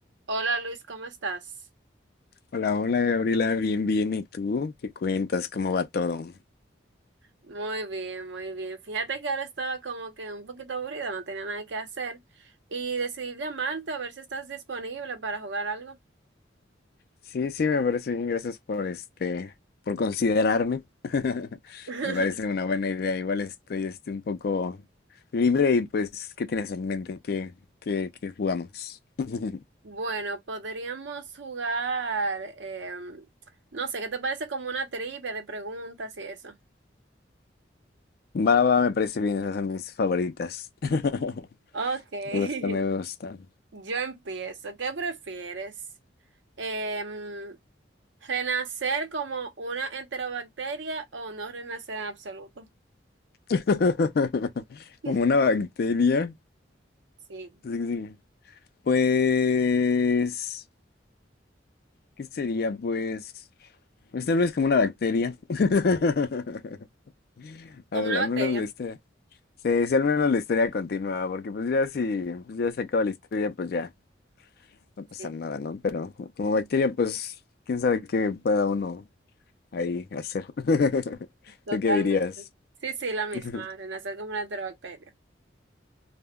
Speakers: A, on the right (about 75°); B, on the left (about 55°).
A: Hola Luis, ¿cómo estás?
B: Hola, hola Gabriela, bien, bien. ¿Y tú? ¿Qué cuentas? ¿Cómo va todo?
A: Muy bien, muy bien. Fíjate que ahora estaba como que un poquito aburrida, no tenía nada que hacer y decidí llamarte a ver si estás disponible para jugar algo.
B: Sí, sí, me parece bien. Gracias por este, por considerarme. <laughs>
A: <laughs>
B: Me parece una buena idea. Igual estoy este, un poco libre y pues, ¿qué tienes en mente? ¿Qué, qué, qué jugamos? <laughs>
A: Bueno, podríamos jugar, em, no sé, ¿qué te parece como una trivia de preguntas y eso?
B: Va, va, me parece bien. Esas son mis favoritas. <laughs>
A: Ok, <laughs>
B: Me gusta, me gusta.
A: yo empiezo. ¿Qué prefieres? Em, ¿renacer como una enterobacteria o no renacer en absoluto?
B: <laughs>
A: <laughs>
B: Como una bacteria.
A: Sí.
B: Sí, sí. Pues, ¿qué sería? Pues... Pues tal vez como una bacteria. <laughs> Al,
A: Como una
B: al
A: bacteria.
B: menos la historia. Sí, sí, al menos la historia continúa, porque pues ya si pues ya se acaba la historia, pues ya no pasa
A: Sí,
B: nada, ¿no? Pero como bacteria, pues quién sabe qué pueda uno ahí hacer. <laughs>
A: Totalmente.
B: ¿Tú qué dirías?
A: sí, sí, la misma.
B: <laughs>
A: Renacer como una enterobacteria.